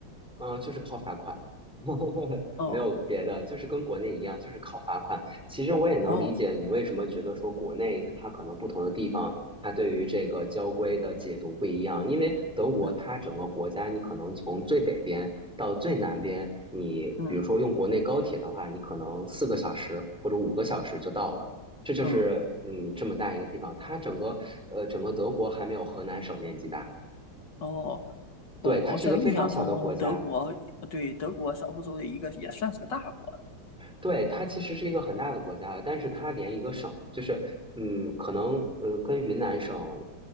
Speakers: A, in the centre; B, on the left.
A: 嗯，就是靠罚款，<laughs>
B: 哦
A: 没有别的，就是跟国内一样，就是靠罚款。其实我也能理解你为什么觉得说国内它可能不同的地方，
B: 哦，
A: 它对于这个交规的解读不一样。因为德国它整个国家，
B: 嗯
A: 你可能从最北边到最南边，你比如说用国内高铁的话，
B: 嗯
A: 你可能四个小时或者五个小时就到了。这就是嗯这么大一个地方，
B: 嗯
A: 它整个呃整个德国还没有河南省面积大。
B: 哦。我我在印象中，
A: 对，它是一个非常小的国家，
B: 德国对德国是欧洲的一个，也算是个大国。
A: 对，它其实是一个很大的国家了，但是它连一个省，就是，嗯，可能呃跟云南省